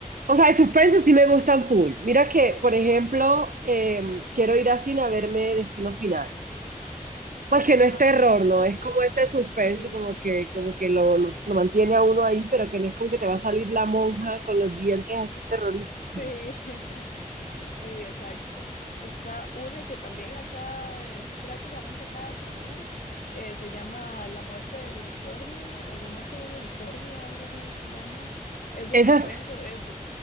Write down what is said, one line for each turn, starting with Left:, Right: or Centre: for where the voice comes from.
Right: O sea, de suspenso sí me gustan full. Mira que,
Left: Ok,
Right: por ejemplo, eh, quiero ir a cine a verme Destino Final. Pues que
Left: ajá,
Right: no es terror,
Left: yo
Right: ¿no?
Left: también.
Right: Es como este suspenso,
Left: Sí.
Right: como que, como que lo, lo, lo mantiene a uno ahí, pero que no es como que te va a salir la monja con los dientes así terroríficos,
Left: Sí,
Right: ¿no?
Left: <laughs> sí, exacto. Está una que también acá eh, prácticamente acaba de salir, eh, se llama La muerte del unicornio o La muerte de un unicornio, algo así se llama. Es de
Right: Esas
Left: suspenso, es